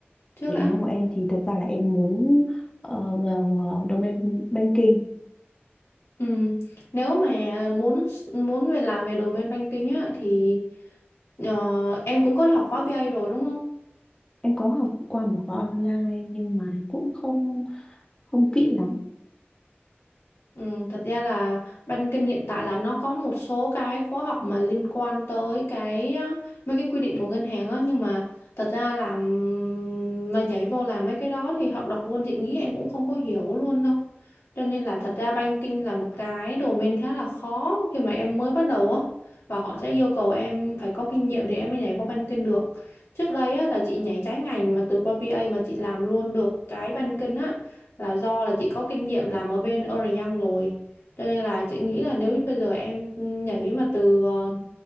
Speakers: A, on the left (about 85°); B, on the left (about 20°).
A: trước
B: Định
A: đã
B: hướng của em thì thật ra là em muốn ờ, vào ờ, domain banking.
A: ừ. nếu mà muốn muốn về làm về domain banking á thì ờ, em cũng có học khóa bê A rồi đúng không
B: Em có học qua một khóa online nhưng mà cũng không không kỹ lắm.
A: Ừ, thật ra là ban kinh hiện tại là nó có một số cái khóa học mà liên quan tới cái ờ, mấy cái quy định của ngân hàng á nhưng mà thật ra là ừm, mà nhảy vô làm mấy cái đó thì học đọc luôn chị nghĩ em cũng không có hiểu luôn đâu cho nên là thật ra banking là một cái domain khá là khó khi mà em mới bắt đầu á và họ sẽ yêu cầu em phải có kinh nghiệm thì em mới nhảy qua banking được trước đây á là chị nhảy trái ngành mà từ qua BA mà chị làm luôn được cái banking á là do là chị có kinh nghiệm làm ở bên Ernst Young rồi cho nên là chị nghĩ là nếu như bây giờ em nhảy mà từ ờ,